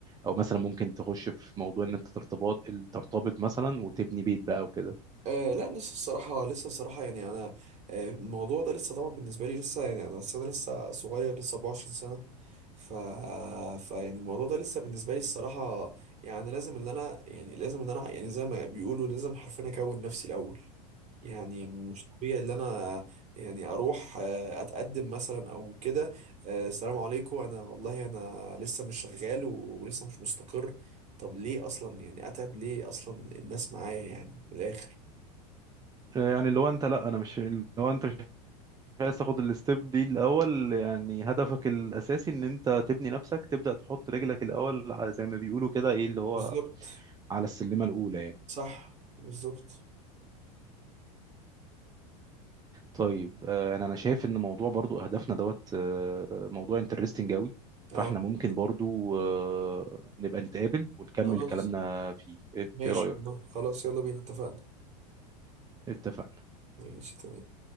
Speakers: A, on the right (about 20°); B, on the right (about 35°).
A: او مثلا ممكن تخش في موضوع ان انت ترتبط ترتبط مثلا وتبني بيت بقى وكده
B: آه لا لسه الصراحة لسه الصراحة يعني أنا آه الموضوع ده لسه طبعا بالنسبة لي لسه يعني أنا أصل أنا لسه صغير لسه 24 سنة ف فيعني الموضوع ده لسه بالنسبة لي الصراحة يعني لازم إن أنا يعني لازم إن أنا يعني زي ما بيقولوا لازم حرفيا أكون نفسي الأول يعني مش طبيعي ان انا يعني اروح آه، اتقدم مثلا او كده آه، السلام عليكم انا والله انا لسه مش شغال ولسه مش مستقر طب ليه اصلا يعني اتعب ليه اصلا الناس معايا يعني من الاخر
A: يعني اللي هو انت لا انا مش اللي هو انت مش عايز تاخد الستيب دي الاول يعني هدفك الاساسي ان انت تبني نفسك تبدا تحط رجلك الاول على زي ما بيقولوا كده ايه اللي هو
B: بالظبط
A: على السلمه الاولى يعني
B: صح بالظبط
A: طيب آه، انا انا شايف ان موضوع برضو اهدافنا دوت آه، موضوع انترستنج قوي
B: اه
A: فاحنا ممكن
B: كده
A: برضو آه، نبقى نتقابل ونكمل
B: خلاص
A: كلامنا فيه ايه
B: ماشي
A: إيه رايك
B: والله خلاص يلا بينا اتفقنا
A: اتفقنا
B: ماشي تمام